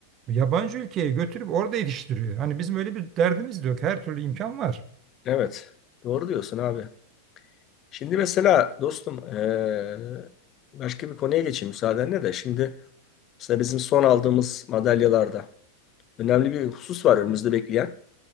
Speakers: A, on the right (about 30°); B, on the left (about 30°).
A: yabancı ülkeye götürüp orada yetiştiriyor. Hani bizim öyle bir derdimiz de yok. Her türlü imkan var.
B: evet. Doğru diyorsun abi. Şimdi mesela dostum e, başka bir konuya geçeyim müsaadenle de. Şimdi mesela bizim son aldığımız madalyalarda önemli bir husus var önümüzde bekleyen.